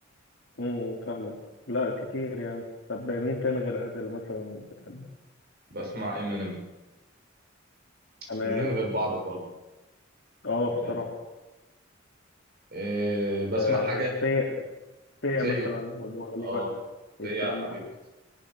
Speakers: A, on the left (about 60°); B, on the right (about 50°).
A: امم فاهمك لا كتير يعني طب مين تاني غير أزل مثلا بتحبه
B: <laughs> بسمع امينيم
A: تمام
B: لونين غير بعض خالص
A: اه
B: آه،
A: بصراحة
B: آه، بسمع
A: آه
B: حاجة
A: سيا سيا
B: سيا
A: مثلا ودول
B: اه
A: بقى
B: سيا
A: الكلام
B: يا حبيبتي
A: معاه